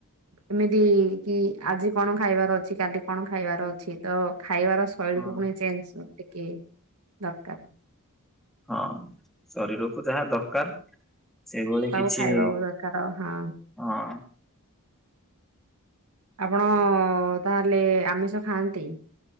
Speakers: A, on the right; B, in the centre.
A: ଏମିତି କି ଆଜି କଣ ଖାଇବାର ଅଛି। କାଲି କଣ ଖାଇବାର ଅଛି। ତ ଖାଇବାର ଶୈଳୀକୁ
B: ହଁ
A: ପୁଣି ଚେଞ୍ଜ୍ ଟିକିଏ ଦରକାର।
B: ହଁ ଶରୀରକୁ ଯାହା ଦରକାର। ସେଭଳି
A: ତାକୁ
B: କିଛି
A: ଖାଇବାକୁ ଦରକାର ହଁ
B: ହଁ।
A: ଆପଣ ତାହେଲେ ଆମିଷ ଖାଆନ୍ତି?